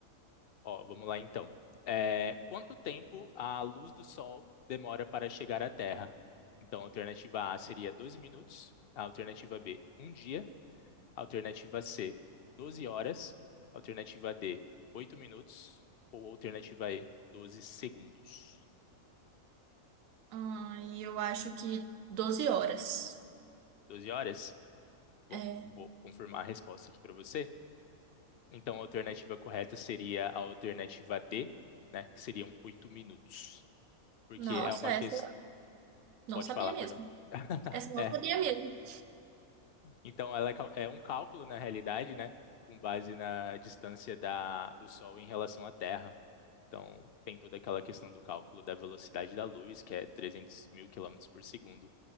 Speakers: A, on the left; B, on the right.
A: Ó, vamos lá então. É, quanto tempo a luz do Sol demora para chegar à Terra? Então, a alternativa A seria 12 minutos, a alternativa B, um dia, a alternativa C, 12 horas, a alternativa D, 8 minutos, ou a alternativa E, 12 segundos.
B: Ah, e eu acho que doze horas.
A: 12 horas? Bom,
B: É,
A: vou confirmar a resposta aqui para você. Então, a alternativa correta seria a alternativa D, né, que seriam 8 minutos, porque
B: nossa,
A: é uma questão.
B: essa eu não
A: Pode
B: sabia
A: falar,
B: mesmo.
A: perdão. <laughs>
B: Essa eu
A: É,
B: não sabia mesmo.
A: Então, ela é cal- é um cálculo, na realidade, né? Com base na distância da, do Sol em relação à Terra. Então, tem toda aquela questão do cálculo da velocidade da luz, que é 300 mil quilômetros por segundo.